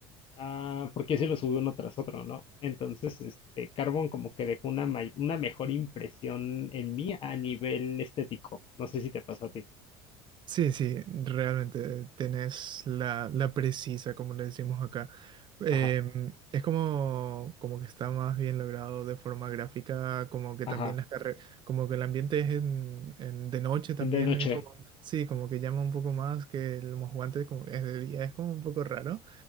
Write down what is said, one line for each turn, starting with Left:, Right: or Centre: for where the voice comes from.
Left: Ah, porque así los subí uno tras otro, ¿no? Entonces, este, Carbón como que dejó una, may- una mejor impresión en mí a nivel estético. No sé si te pasó a ti.
Right: Sí, sí, realmente tenés la, la precisa, como le decimos acá. Em,
Left: Ajá,
Right: es como, como que está más bien logrado de forma gráfica, como que
Left: ajá.
Right: también las carreras, como que el ambiente es en, en- de noche también,
Left: De noche.
Right: es como, sí, como que llama un poco más que el guantes como que es de día, es como un poco raro,